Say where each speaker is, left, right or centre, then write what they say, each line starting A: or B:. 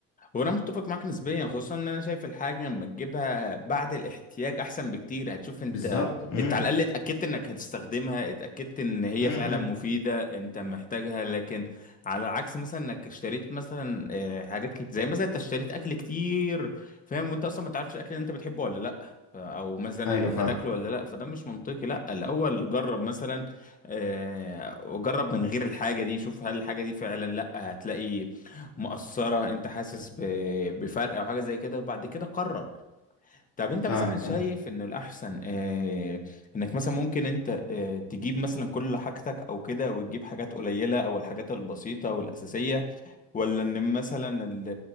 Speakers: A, on the left; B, on the left.
A: هو انا متفق معاك نسبيا خصوصا ان انا شايف الحاجه لما تجيبها بعد الاحتياج احسن بكتير هتشوف انت
B: بالظبط امم
A: انت على الاقل اتاكدت انك هتستخدمها اتاكدت ان هي
B: امم
A: فعلا مفيده انت محتاجها لكن على عكس مثلا انك اشتريت مثلا آه، حاجات كتير زي مثلا انت اشتريت اكل كتير فاهم وانت اصلا ما تعرفش الاكل اللي انت بتحبه ولا لا ف- او مثلا
B: ايوه فاهم
A: هتاكله ولا لا فده مش منطقي لا الاول جرب مثلا آه، وجرب من غير الحاجه دي شوف هل الحاجه دي فعلا لا هتلاقي مؤثرة انت حاسس ب- بفرق او حاجة زي كده وبعد كده قرر طب انت
B: فاهمك
A: مثلا شايف
B: ايوه
A: انه الاحسن اه انك مثلا ممكن انت اه تجيب مثلا كل حاجتك او كده وتجيب حاجات قليلة او الحاجات البسيطة والاساسية ولا ان مثلا ال-